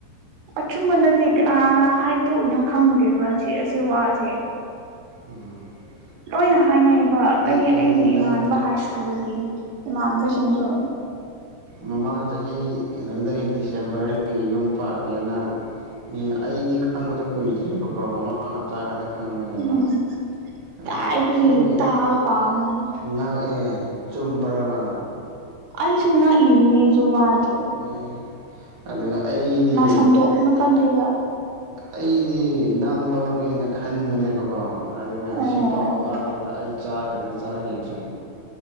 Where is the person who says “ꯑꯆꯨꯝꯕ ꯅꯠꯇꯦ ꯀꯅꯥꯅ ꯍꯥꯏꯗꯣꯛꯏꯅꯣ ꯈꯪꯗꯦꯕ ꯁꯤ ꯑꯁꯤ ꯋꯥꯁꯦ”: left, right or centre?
Right